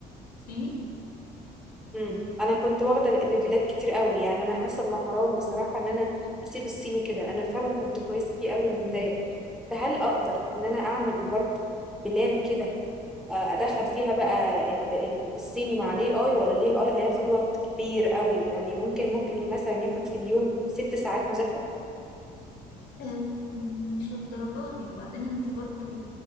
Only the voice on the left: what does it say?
صيني
آم، مش للدرجة دي وبعدين انت برضو